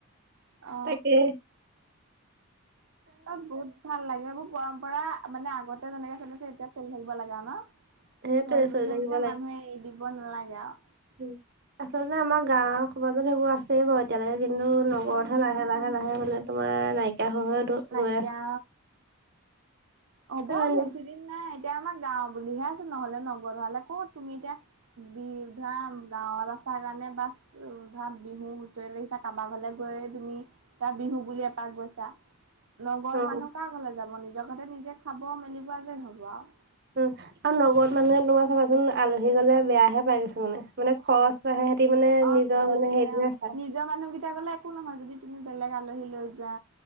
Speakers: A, on the right; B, on the right.
A: অ
B: তাকে।
A: ত বহুত ভাল লাগে এইবোৰ পৰম্পৰা মানে আগত এতিয়া যেনেকে চলাইছে এতিয়া চেল থাকিব লগা ন
B: সেইটোৱে
A: হল বুলিয়ে
B: চলি থাকিব
A: মানে মানুহে এৰি দিব দিব নালাগে আৰু।
B: উ আচলতে আমাৰ গাওৰ সমাজত সেইবোৰ আছে। আ বাৰু এতিয়ালৈকে কিন্তু নগৰতহে
A: আৰু উম
B: লাহে লাহে লাহে মানে তোমাৰ নাইকিয়া হৈ হৈ
A: নাইকিয়া
B: গৈ আছে
A: হ'ব বেছি দিন নাই এতিয়া আমাৰ গাও বুলিহে আছে নহলে নগৰ হলে কত তুমি এতিয়া বিধা গাঁৱত আছা কাৰণে বাচ ভা বিহু হুঁচৰি ৰাছা কাৰোবাক ঘলে গৈ তুমি তাৰ বিহু বুলিয়ে এপাক গৈছা। নগৰত
B: অ
A: মানুহ কাৰ ঘলে যাব নিজৰ ঘতে নিজে খাব মেলিব যে হ'ব আৰু।
B: উম আৰু নগৰত মানুহে তোমাৰ চাবাচোন আলহী গলে বেয়াহে পাই কিছুমানে মানে মানে খৰচ বাঢ়ে। তি মানে
A: অ
B: নিজৰ
A: খৰচ
B: মানে
A: বাঢ়ে
B: হেৰিটোহে
A: অ',
B: চাই।
A: নিজৰ মানুহকেইটা গলে একো নহয় যদি তুমি বেলেগ আলহী লৈ যোৱা